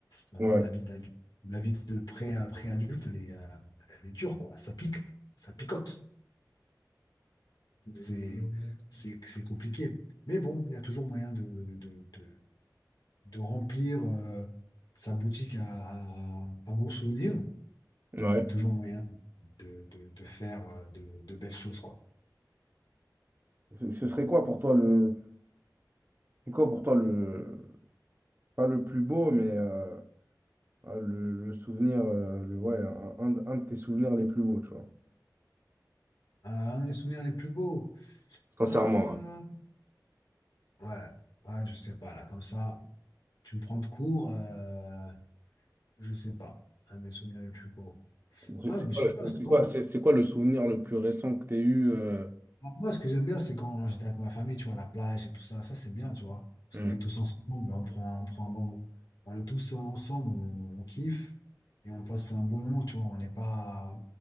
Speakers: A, on the left (about 75°); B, on the right (about 35°).
A: maintenant,
B: Ouais,
A: la vie d'adulte, la vie de pré, pré-adulte, elle est, euh, elle est dure, quoi. Ça pique, ça picote. C'est c'est c'est compliqué. Mais bon, il y a toujours moyen de, de, de, de- de remplir euh, sa boutique à, à, à bons souvenirs
B: ouais.
A: et toujours moyen de, de, de faire euh, de, de belles choses, quoi.
B: Ce ce serait quoi pour toi le. C'est quoi pour toi le. Pas le plus beau, mais. euh, Ah, le, le souvenir, euh, le, ouais, un, un- un de tes souvenirs les plus beaux, tu vois.
A: Ah, un de mes souvenirs les plus beaux.
B: Sincèrement,
A: Euh, ouais, ouais, je sais pas, là, comme ça, tu me prends de court, euh, je sais pas, un de mes souvenirs les plus beaux.
B: ouais.
A: Ah,
B: C'est
A: mais
B: quoi,
A: je sais
B: le-
A: pas, c'est
B: c'est
A: quand?
B: quoi, c'est- c'est quoi le souvenir le plus récent que tu as eu euh,
A: Alors, Moi, ce que j'aime bien, c'est quand j'étais avec ma famille, tu vois, la plage et tout ça, ça c'est bien, tu vois, parce
B: hmm.
A: qu'on est tous ensemble, on prend, on prend un bon moment. On est tous ensemble, on, on kiffe et on passe un bon moment, tu vois, on n'est pas,